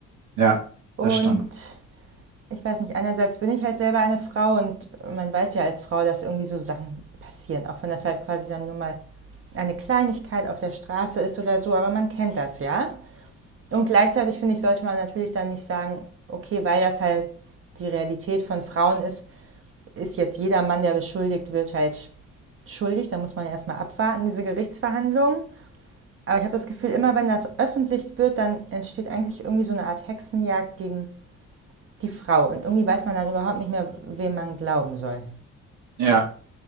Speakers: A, on the right (about 80°); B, on the right (about 45°).
A: ja,
B: Und
A: das stimmt.
B: ich weiß nicht, einerseits bin ich halt selber eine Frau und man weiß ja als Frau, dass irgendwie so Sachen passieren. Auch wenn das halt quasi dann nur mal eine Kleinigkeit auf der Straße ist oder so. Aber man kennt das ja. Und gleichzeitig finde ich, sollte man natürlich dann nicht sagen, okay, weil das halt die Realität von Frauen ist, ist jetzt jeder Mann, der beschuldigt wird, halt schuldig. Da muss man ja erstmal abwarten, diese Gerichtsverhandlung. Aber ich habe das Gefühl, immer wenn das öffentlich wird, dann entsteht eigentlich irgendwie so eine Art Hexenjagd gegen die Frau. Und irgendwie weiß man dann überhaupt nicht mehr, wem man glauben soll.
A: Ja,